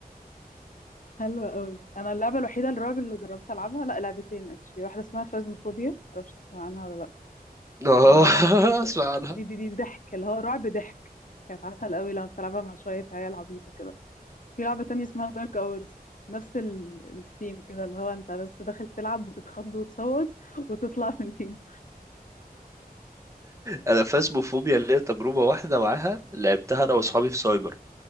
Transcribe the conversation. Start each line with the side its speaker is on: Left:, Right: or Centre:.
Left: حلوة قوي انا اللعبه الوحيده الرعب اللي جربت العبها لا لعبتين اكشلي واحده اسمها فازموفوبيا معرفش تسمع عنها ولا لا
Right: اه
Left: دي اللي هو
Right: <laughs>
Left: بقى ناس بت...
Right: اسمع عنها
Left: دي دي دي ضحك اللي هو رعب ضحك كانت عسل قوي لما بتلعبها مع شوية عيال عبيطة كده في لعبة تانية اسمها دارك اورز نفس الثيم كده اللي هو انت بس داخل تلعب وتتخض وتصوت وتطلع من الجيم
Right: انا فاسموفوبيا اللي هي تجربه واحده معاها لعبتها انا واصحابي
Left: ايوه
Right: في سايبر